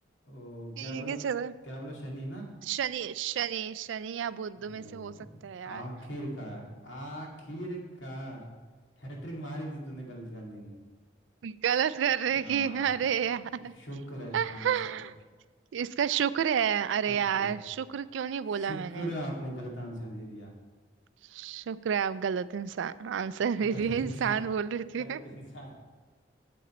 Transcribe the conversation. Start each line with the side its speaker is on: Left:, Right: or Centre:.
Left: ओ
Right: ठीक
Left: क्या बोला
Right: है चलो
Left: क्या बोला शनि ना
Right: शनि शनि शनि या बुध
Left: ओ
Right: में से हो सकता है यार
Left: आखिरकार आखिरकार हैट्रिक मारी थी तूने गलत करने की
Right: गलत कर रहे
Left: हाँ
Right: कि अरे यार
Left: शुक्र है इसका
Right: <laughs>
Left: आंसर
Right: इसका शुक्र है अरे
Left: शुक्र
Right: यार
Left: है
Right: शुक्र क्यों नहीं बोला
Left: शुक्र
Right: मैंने
Left: है आपने गलत आंसर दे दिया
Right: शुक्र है आप गलत इंसान आंसर दे
Left: गलत
Right: दिए इंसान
Left: इंसान
Right: बोल रही थी
Left: गलत इंसान